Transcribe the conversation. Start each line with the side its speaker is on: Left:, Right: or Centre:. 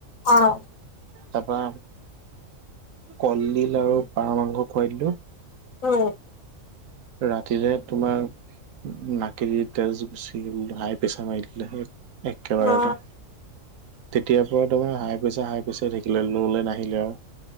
Left: অঁ।
Right: তাৰপা কলডিল আৰু পাৰ মাংস খুৱাই দিলো
Left: অঁ।
Right: ৰাতিৰে তোমাৰ নাকে দি তেজ গুচি গ হাই প্ৰেছাৰ মাৰি দিলে সেই একেবাৰতে।
Left: অ
Right: তেতিয় পৰা তোমাৰ হাই প্ৰেছাৰ হাই প্ৰেছাৰ থাকিলে ল লে নাহিলে আও।